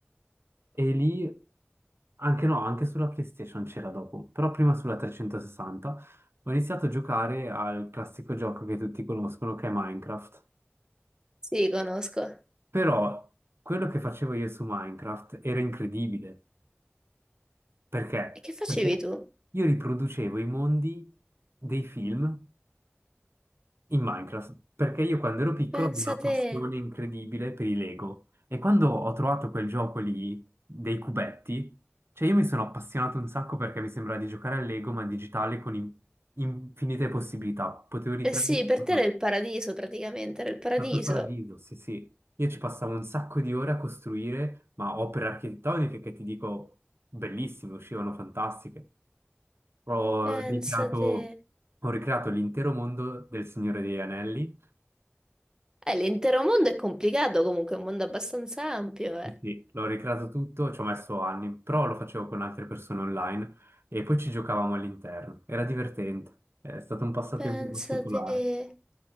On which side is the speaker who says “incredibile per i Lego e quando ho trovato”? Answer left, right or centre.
Right